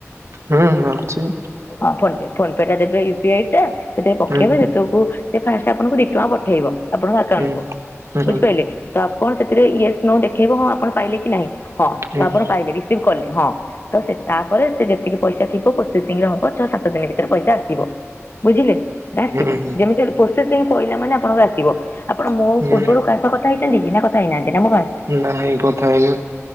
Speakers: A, on the right; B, on the left.
A: ହୁଁ ଅଛି।
B: ହଁ ଫୋନ ପେ ଫୋନ ପେ ଟା ଦେବେ ୟୁପି ଆଇ ଟା ସେଥିରେ ପକେଇବେ
A: ହୁଁ
B: ସେତକୁ ଫାଷ୍ଟ ଆପଣଙ୍କୁ ଦି ଟଙ୍କା ପଠେଇବ ଆପଣଙ୍କ ଆକାଉ
A: ହୁଁ ହୁଁ ହୁଁ ହୁଁ ହୁଁ ହୁଁ
B: ବୁଝିପାରିଲେ ତ ଆପଣ ସେଥିରେ ୟେଶ ନୋ ଲେ ଦେଖେଇବ ହଁ ଆପଣ ପାଇଲେ କି ନାଇଁ ହଁ ତ
A: ହୁଁ
B: ଆପଣ ପାଇଲେ ରିସିଭ କଲେ ହଁ ତ ସେ ତାପରେ ସେ ଯେତିକି ପଇସା ଥିବ ପ୍ରୋସେସିଂରେ ଆପଣ ଛଅ ସାତ ଦିନ ଭିତରେ ପଇସା ଆସିବ। ବୁଝିଲେ ଆସିବ
A: ହୁଁ
B: ଯେମିତି ହେଲେ ପ୍ରୋସେସିଂ ରେ ପହିଲା ମାନେ ଆପଣଙ୍କ ଆସିବ ଆପଣ ମୋ
A: ହୁଁ
B: ପୂର୍ବରୁ କା କଥା ହେଇଛନ୍ତି କି ନା କଥା ପାଇନାହାନ୍ତି ନା ମୁଁ ଫାଷ୍ଟ,
A: ନାଇଁ କଥା ହେଇନି